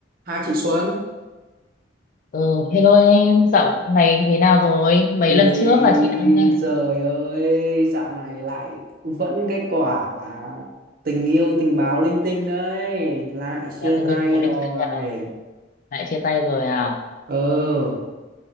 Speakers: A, on the right; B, on the left.
A: Hai chị Xuân
B: Ừ, hello em, dạo này thế nào rồi? Mấy
A: Ui
B: lần trước là chị đang nghe
A: giời ơi Dạo này lại vẫn cái quả Tình yêu tình báo linh tinh đấy Lại chia
B: nhà tình
A: tay
B: yêu thì có lên
A: rồi
B: xem nào? Lại chia tay rồi à?
A: Ừ